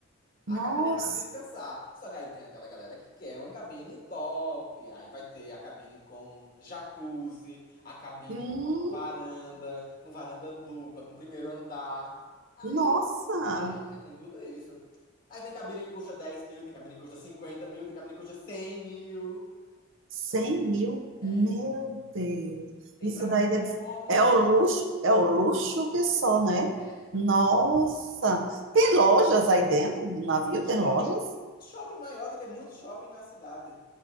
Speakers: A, on the left; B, on the right.
A: A
B: Nossa.
A: cabine é pra descansar. Só que aí tem aquela galera que quer uma cabine top. Aí vai ter a cabine com jacuzzi, a cabine
B: Hum,
A: com varanda, com varanda dupla, com primeiro andar. Aí,
B: nossa.
A: é, tem tudo isso. Aí tem cabine que custa dez mil, tem cabine que custa cinquenta mil, tem cabine que custa cem mil.
B: cem mil.
A: É,
B: Meu Deus.
A: tem
B: Isso
A: pra
B: daí deve...
A: todos
B: é
A: os bolsos.
B: o luxo, é o luxo que só, né?
A: É,
B: Nossa. Tem lojas aí dentro do navio?
A: tem um shopping,
B: Tem lojas?
A: shopping maior do que muito shopping na cidade.